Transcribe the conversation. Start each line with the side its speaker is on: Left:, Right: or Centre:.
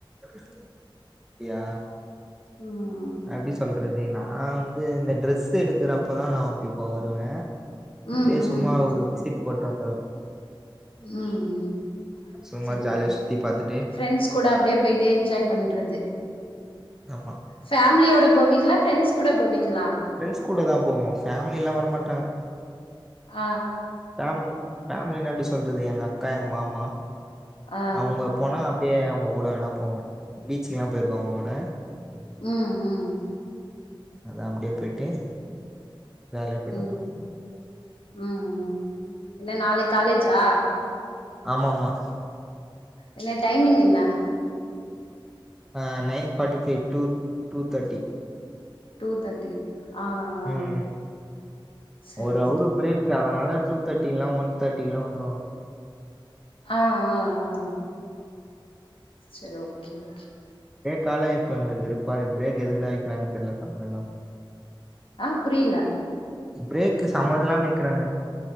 Centre: அப்டியா
Left: ம்
Centre: எப்டி சொல்றது அது நா வந்து இந்த ட்ரெஸ் எடுக்கறப்பதா நா அப்டி போ வருவே அப்டியே
Left: ம்
Centre: சும்மா
Left: ம்
Centre: ஒரு விசிட் போட்டு வந்துருவே
Left: ம் ம்
Centre: சும்மா
Left: சேரி
Centre: ஜாலியா
Left: ஒகே
Centre: சுத்தி பார்த்துட்டு
Left: ஃப்ரண்ட்ஸ் கூட அப்டியே போயிட்டே என்ஜாய் பண்றது
Centre: ஆமா
Left: ஃபேமிலியோட போவீங்களா ஃப்ரெண்ட்ஸ் கூட போவீங்களா
Centre: ஃப்ரண்ட்ஸ் கூட தா போவோ ஃபேம்லிலா வரமாட்டாங்க
Left: அ
Centre: ஃபேம் ஃபேமிலி எப்டி சொல்றது எங்க அக்கா எங்க மாமா
Left: ஆ ஆ
Centre: அவுங்க போனா அப் டியே அவுங்க கூட வேணா போவே பீச்சுக்கெல்லா போயிருக்கோ அவுங்க கூட
Left: ம்ம்
Centre: அதா அப்டியே போயிட்டு வேலையா போயிட்டு
Left: ம்
Centre: வந்துருவோ
Left: ம் ம் என்ன நாளைக் காலேஜா
Centre: ஆமாமா
Left: என்ன டைமிங் என்னா
Centre: ஆ nine forty five two two thirty
Left: two thirty ஆ ஆ
Centre: ம்
Left: சரி
Centre: ஒரு அவரு
Left: சரி
Centre: பிரேக்கா அதனால டூ தேர்ட்டிக்லா ஒன் தேர்டிக்லா உட்டுருவாங்க
Left: ஆ ஆ ஆ சேரி ஓகே ஓகே
Centre: காலைய பாருங்களே வெறுப்பாவே பிரேக் எதுக்குதா வெக்குறாங்குன் சம்மதோ இல்லாம
Left: அ புரியல
Centre: பிரேக்கு சமதமில்லாம வெக்கிறாங்க